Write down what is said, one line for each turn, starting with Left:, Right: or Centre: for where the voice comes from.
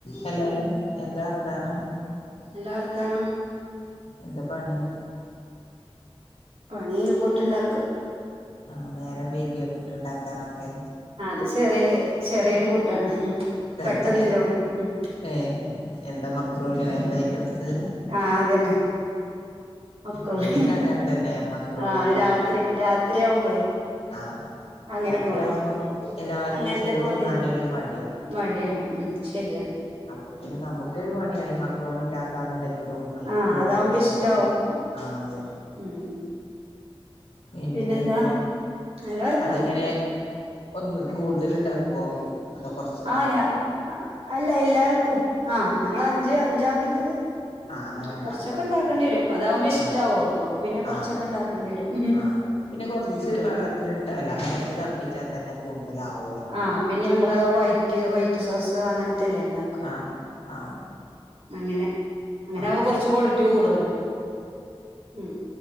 Left: Hello എന്താ വർത്താനം
Right: നല്ല വർത്താനം
Left: എന്താ പണി
Right: പണി ഫുഡ് ഉണ്ടാക്കുക
Left: ആഹ് നേരം വൈകോ പുട്ട്ണ്ടാക്കാനൊക്കെ
Right: ആഹ് അത് ചെറിയ ചെറിയൊരു ഫുഡാണ്
Left: തന്നെ
Right: പെട്ടെന്നില്ല പണി ഉം
Left: ഏ എന്താ മക്രൂണിയോ എന്താ ഐറ്റംസ്
Right: ആഹ് അതന്നെ മക്രോണി
Left: ഇവിടെക്കെ അങ്ങനെ തന്നെ മക്റോണിക്കെ
Right: ആ
Left: ഇണ്ടാക്ക
Right: രാത്രി രാത്രി ആവുമ്പോളേ
Left: ആഹ്
Right: അങ്ങനെയൊക്കെ
Left: രാത്രരിയാവുമ്പോം
Right: മതി
Left: എല്ലാവർക്കും
Right: അങ്ങനത്തൊക്കെ
Left: ചോറും
Right: മതി
Left: നാനരു മടിയാ
Right: മടിയാണ് ഉം ശരിയാണ്
Left: അപ്പൊ പിന്നെ നമുക്കൊരു പണിയാണ് ഈ മക്രോണ ഉണ്ടാക്കാന്നുണ്ടെങ്കിലും മൈക്ക്
Right: ആ അതാവുമ്പോ
Left: ഓരോന്ന ഉണ്ടാക്കി
Right: ഇഷ്ടാവും
Left: ആഹ് അതെ
Right: ഉം
Left: പിന്നെന്തൊക്കെ
Right: പിന്നെന്താ നല്ല വർത്താനം
Left: അതെങ്ങനെ ഒന്ന് കൂടുതൽ ഉണ്ടാക്കുവോ അത കൊറച്ച്
Right: ആ
Left: മാത്ര
Right: അല്ല എല്ലാർക്കും ആഹ് ഞങ്ങ അഞ്ച് അഞ്ച് ആക്കുള്ളത്
Left: ആഹ് അങ്ങനെ ഉണ്ടാക്കും
Right: കുറച്ചൊക്കെ ഉണ്ടാക്കേണ്ടി വരും അതാകുമ്പോ ഇഷ്ടാവല്ലോ
Left: ആഹ്
Right: അവ പിന്നെ കൊറച്ചൊക്കെ
Left: ആഹ്
Right: ഉണ്ടാക്കേണ്ടി വരും
Left: ആഹ് പിന്നെ കുറച്ച്
Right: ഉം
Left: വെള്ളത്തിിട്ട അല്ല കുറച്ച് തിളപ്പിച്ചാൽ തന്നെ കൂടുതലാകും
Right: ആഹ് പിന്നെ നമ്മള് വൈറ്റ് വൈറ്റ് സോസ് അങ്ങനത്തെല്ലേ ഉണ്ടകും
Left: ആഹ്
Right: അങ്ങനെ അങ്ങനെ
Left: ആഹ്
Right: അവ കുറച്ച് ക്വാണ്ടിറ്റി കൂടല്ലോ ഉം